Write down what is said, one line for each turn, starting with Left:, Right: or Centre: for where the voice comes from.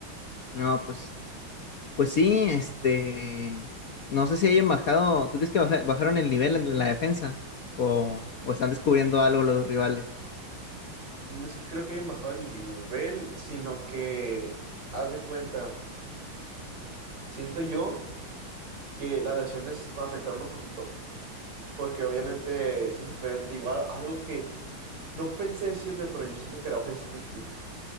Left: No, pues. Pues sí, este, no sé si hayan bajado, ¿tú crees que baja- bajaron el nivel en la defensa? ¿O, o están descubriendo algo los rivales?
Right: No sé, creo que hayan bajado el nivel, sino que, haz de cuenta, siento yo que las lesiones me afectaron un poquito, porque obviamente sí es diferente. Igual, algo que no pensé decirle, pero yo siento que Araujo ya se tiene que ir,